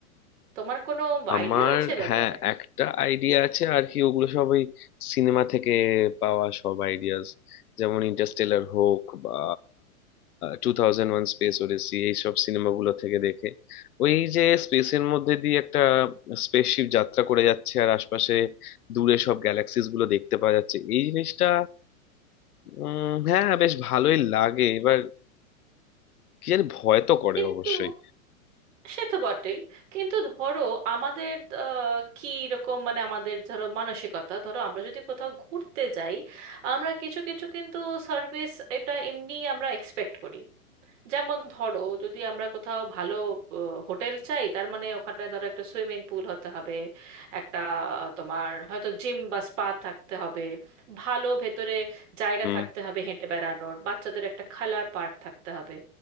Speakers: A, on the right; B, on the left.
A: তোমার কোনো
B: আমার
A: আইডিয়া আছে ব্যাপারে
B: হ্যাঁ একটা আইডিয়া আছে আর কি ওগুলো সব ওই সিনেমা থেকে পাওয়া সব আইডিয়াস যেমন ইন্টারস্টেলার হোক বা টু থাউজেন্ড ওয়ান স্পেস ওডিসি এইসব সিনেমাগুলো থেকে দেখে ওই যে স্পেসের মধ্যে দিয়ে একটা স্পেসশিপ যাত্রা করে যাচ্ছে আর আশপাশে দূরে সব গ্যালাক্সিস গুলো দেখতে পাওয়া যাচ্ছে এই জিনিসটা উম হ্যাঁ বেশ ভালোই লাগে এবার কি জানি ভয় তো করে
A: কিন্তু
B: অবশ্যই
A: সে তো বটেই কিন্তু ধরো আমাদের আহ, কি রকম মানে আমাদের ধরো মানসিকতা ধরো আমরা যদি কোথাও ঘুরতে যাই আমরা কিছু কিছু কিন্তু সার্ভিস এটা এমনি আমরা এক্সপেক্ট করি যেমন ধরো যদি আমরা কোথাও ভালো হোটেল চাই তার মানে ওখানে ধরো একটা সুইমিং পুল হতে হবে একটা তোমার হয়তো জিম বা স্পা থাকতে হবে ভালো ভেতরে জায়গা
B: হুম
A: থাকতে হবে হেঁটে বেড়ানোর বাচ্চাদের একটা খেলার পার্ক থাকতে হবে